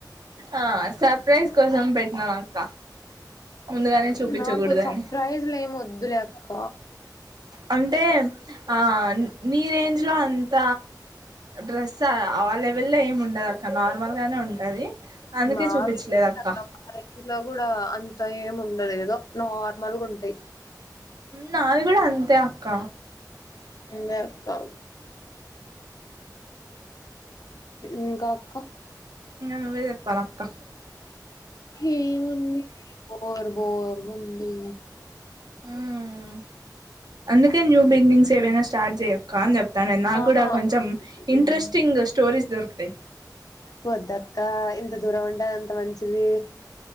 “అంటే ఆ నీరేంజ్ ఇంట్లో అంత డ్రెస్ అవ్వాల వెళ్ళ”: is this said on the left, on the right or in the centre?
Right